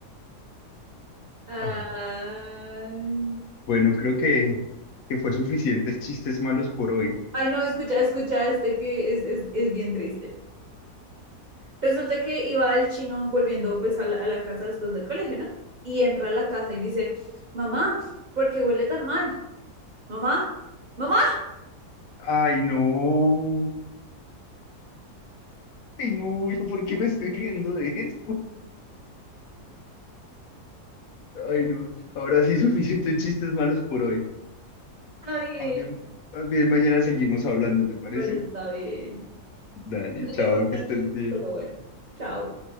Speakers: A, on the right (about 80°); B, on the left (about 70°).
A: Ay,
B: Ay. Bueno, creo que, que fue suficientes chistes malos por hoy.
A: Ay, no, escucha, escucha, este que es, es, es bien triste. Resulta que iba el chino volviendo pues a la, a la casa después del colegio, ¿no? Y entra a la casa y dice, mamá, ¿por qué huele tan mal? Mamá, mamá.
B: Ay, no. Ay, no, <laughs> ¿yo ¿por qué me estoy riendo de esto? Ay, no. Ahora sí, suficientes chistes malos por hoy.
A: Está bien.
B: Más bien, más bien mañana seguimos hablando, ¿te parece?
A: Bueno, está bien.
B: Dale,
A: No
B: chao,
A: te conté
B: que
A: el
B: estés
A: chiste,
B: bien.
A: pero bueno, chao.